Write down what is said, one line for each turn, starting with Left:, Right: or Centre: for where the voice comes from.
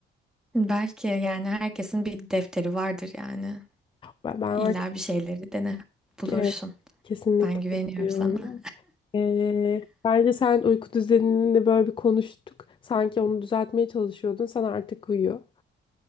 Centre: Belki yani herkesin bir defteri vardır yani.
Left: Ben, ben
Centre: İlla
Left: var.
Centre: bir şeyleri dene bulursun.
Left: Evet, kesinlikle
Centre: Ben güveniyorum
Left: katılıyorum.
Centre: sana.
Left: Ee, bence sen uyku düzenini de böyle bir konuştuk. Sanki onu düzeltmeye çalışıyordun. Sen artık uyuyor.